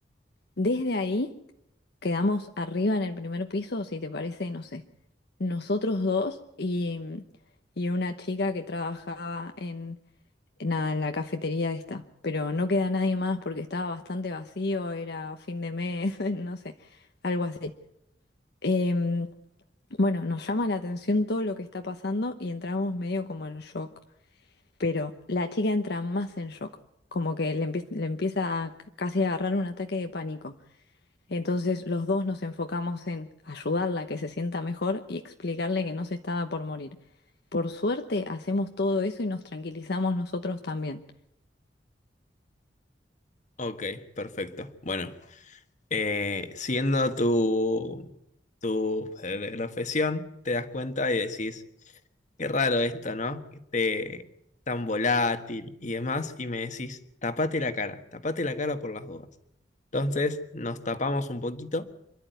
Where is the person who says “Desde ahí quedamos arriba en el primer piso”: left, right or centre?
Left